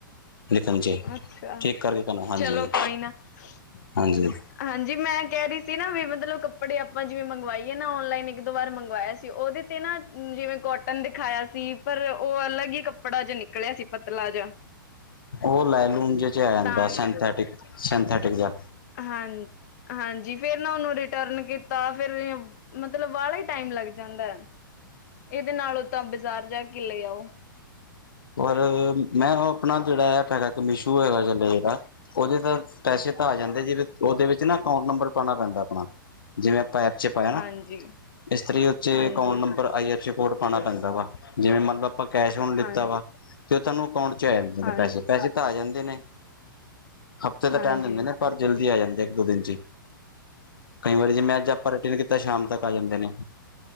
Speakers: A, on the left; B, on the left.
A: ਲਿਖਣ ਚ ਐ
B: ਅੱਛਾ
A: ਠੀਕ ਕਰਕੇ ਭੈਣਾ ਹਾਂਜੀ
B: ਚਲੋ
A: ਈ
B: ਕੋਈ ਨਾ ਆ
A: ਹਾਂਜੀ। ਈ ਹੋਰ
B: ਹਾਂਜੀ ਈ ਮੈਂ ਕਹਿ ਰਹੀ ਸੀ ਨਾ ਵੀ ਮਤਲਬ ਕੱਪੜੇ ਆਪਾਂ ਜਿਵੇਂ ਮੰਗਵਾਈਏ ਔਨਲਾਈਨ ਇੱਕ ਵਾਰ ਮੰਗਵਾ ਏ ਤੇ ਉਹਦੇ ਤੇ ਨਾ ਆ ਜਿਵੇਂ ਕੋਟਨ ਦਿਖਾਇਆ ਸੀ ਪਰ ਉਹ ਅਲੱਗ ਹੀ ਕੱਪੜਾ ਜ ਨਿਕਲਿਆ ਸੀ ਪਤਲਾ ਜਿਹਾ ਆ
A: ਉਹ ਲੇਲੂ ਜੇਏ ਚ ਆ ਜਾਂਦਾ
B: ਤਾਂ
A: ਸਨਥੈਟਿਕ ਸਨਥੈਟਿਕ ਜਿਹਾ
B: ਹਾਂਨ ਹਾਂਜੀ ਫੇਰ ਨਾ ਉਹਨੂੰ ਰਿਟਰਨ ਕੀਤਾ ਆ ਫੇਿਰ ਏ ਮਤਲਬ ਵਾਲਾ ਈ ਟਾਈਮ ਲੱਗ ਜਾਂਦਾ ਆ ਇਹਦੇ ਨਾਲੋਂ ਤਾਂ ਬਾਜ਼ਾਰ ਜਾ ਕੇ ਲੈ ਆਓ
A: ਪਰ ਆ ਮੈਂ ਨਾ ਆਪਣਾ ਜਿਹੜਾ ਐਪ ਹੈਗਾ ਇੱਕ ਮਿਸ਼ੂ ਹੈਗਾ ਚੱਲਿਆ ਜਿਹੜਾ ਉਹਦੇ ਤਾਂ ਪੈਸੇ ਤਾਂ ਆ ਜਾਂਦੇ ਜਿ ਉਹਦੇ ਚ ਨਾ ਅਕਾਊਂਟ ਨੰਬਰ ਪਾਉਣਾ ਪੈਂਦਾ ਆਪਣਾ ਆ ਜਿਵੇਂ ਆਪਾਂ ਐਪ ਚ ਪਾਇਆ ਨਾ
B: ਹਾਂਜੀ
A: ਇਸ ਤਰ੍ਹਾਂ ਉੇ
B: ਹਾਂਜੀ
A: ਅਕਾਊਂਟ number
B: ਹਾਂਜੀ
A: I F C code ਪਾਣਾ ਪੈਂਦਾ ਵਾ ਜਿਵੇਂ ਮਤਲਬ ਆਪਾਂ ਕੈਸ਼ ਹੁਣ ਲੀ
B: ਹਾਂਜੀ
A: ਕੀਤਾ ਵਾ ਤੇ ਉਹ ਤੁਹਾਨੂੰ ਅਕਾਊਂਟ ਚ ਆ ਜਾਂਦੇ ਨੇ
B: ਹਾਂਜੀ
A: ਪੈਸੇ ਪੈਸੇ ਤਾਂ ਆ ਜਾਂਦੇ ਨੇ ਹਫ਼ਤੇ ਦਾ
B: ਹਾਂਜੀ
A: ਟਾਈਮ ਦਿੰਦੇ ਨੇ ਪਰ ਜਲਦੀ ਆ ਜਾਂਦੇ ਇੱਕ ਦੋ ਦਿਨ ਚ ਈ ਕਈ ਵਾਰੀ ਜੇ ਮੈਂ ਅੱਜ ਆ ਪਰ ਕਿਮੇ ਕੀਤਾ ਐ ਸ਼ਾਮ ਤੱਕ ਆ ਜਾਂਦੇ ਨੇ